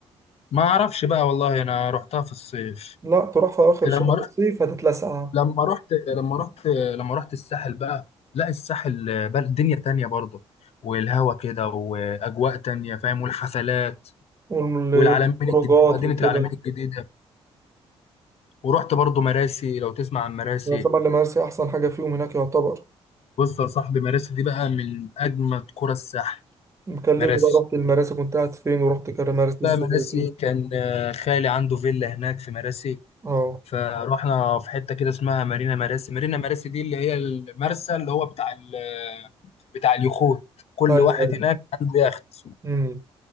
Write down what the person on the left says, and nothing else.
ما أعرفش بقى والله أنا رحتها في الصيف
لما
رحت
لما رحت لما رحت لما رحت الساحل بقى لا الساحل بقى دنيا تانية برضه والهوا كده وأجواء تانية فاهم والحفلات
والعلمين الجديدة مدينة
العلمين الجديدة ورحت برضه مراسي لو تسمع عن مراسي
بص يا صاحبي مراسي دي بقى من أجمد قرى الساحل
مراسي
بقى
مراسي
كان آه، خالي عنده فيلا هناك في مراسي
فروحنا في حتة كده اسمها مارينا مراسي مارينا مراسي دي اللي هي المرسى اللي هو بتاع ال آه، بتاع اليخوت كل
واحد
هناك عنده يخت